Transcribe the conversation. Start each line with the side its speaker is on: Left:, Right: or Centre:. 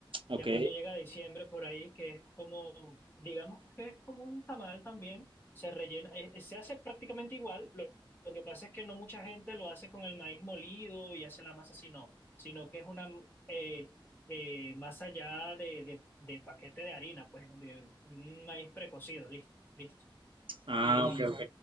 Right: Ok.
Left: Ya cuando llega diciembre por ahí, que es como, digamos que es como un tamal también, se rellena, eh, eh, se hace prácticamente igual, lo, lo que pasa es que no mucha gente lo hace con el maíz molido y hace la masa así, no, sino que es una eh, eh, masa ya de, de, de paquete de harina, pues de un maíz precocido, listo, listo.
Right: Ah,
Left: Y,
Right: ok, ok.